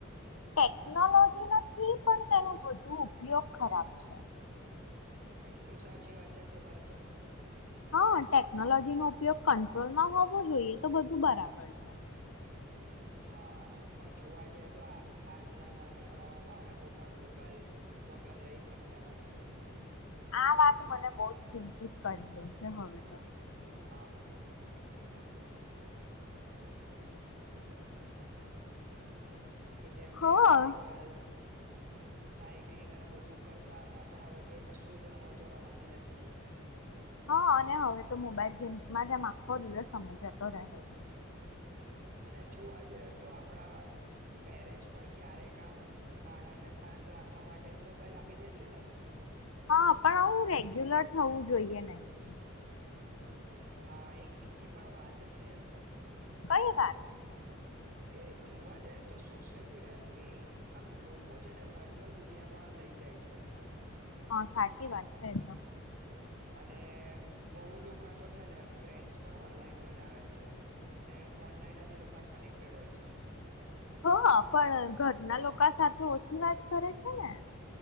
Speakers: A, on the left; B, on the right.
A: ટેકનોલોજી નથી પણ તેનો વધુ ઉપયોગ ખરાબ છે
B: બિલકુલ સાચી વાત છે ને તમારી તો
A: હા ટેકનોલોજી નો ઉપયોગ કંટ્રોલમાં હોવો જોઈએ તો બધું બરાબર છે
B: હા પણ જોવા જઈએ તો આ આજના નાના કડાઓ બાળકો પણ મોબાઈલ વગર રહી શકતા નથી
A: આ વાત મને બહુ જ ચિંતિત કરી દે છે હવે તો
B: <unintelligible> કે જેમ
A: હા
B: કે સાયકલ સાયક્લિંગ અને બધું કરતા હતા પણ હવે તો એ કશું જ રમતો રમાતી નથી
A: હા અને હવે તો મોબાઈલ ગેમ્સમાં જ આમ આખો દિવસ સમય જતો રહે છે
B: અને જોવા જઈએ તો આપણા પેરેન્ટ્સ પણ ક્યારેક આામ બાળકને શાંત રાખવા માટે જ મોબાઈલ આપી દે છે ને
A: હા પણ આવું રેગ્યુલર થવું જોઈએ નહી
B: હા એક બીજી પણ વાત છે
A: કઈ વાત
B: કે જોવા જાય ને તો સોશિયલ મીડિયા થ્રી આમ લોકો છે ને વર્ચ્યુઅલ દુનિયામાં લઈ જાય છે આમ
A: હા સાચી વાત છે તો
B: અને બહુ લોકો તો છે ને ફ્રેન્ડ્સ પણ ઓનલાઈન બનાવે છે અને ઓનલાઈન જ લોકો કનેક્ટેડ હોય છે
A: હ પણ ઘરના લોકો સાથે ઓછી વાત કરે છે ને